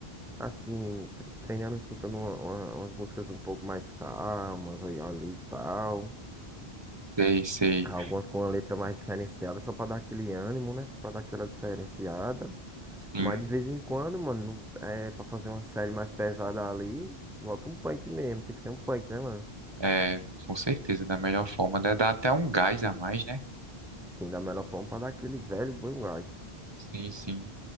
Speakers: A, in the centre; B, on the right (about 25°).
A: assim, tre- treinando, escutando uma- uma- umas músicas um pouco mais calmas aí, ali e tal.
B: Sei, sei.
A: Algumas com uma letra mais diferenciada, só pra dar aquele ânimo, né? Só pra dar aquela diferenciada.
B: Sim.
A: Mas de vez em quando, mano, não- é pra fazer uma série mais pesada ali, bota um punk mesmo. Tem que ser um punk, né, mano?
B: É, com certeza, da melhor forma. Dá dá até um gás a mais, né?
A: Sim, da melhor forma para dar aquele velho bom gás.
B: Sim, sim.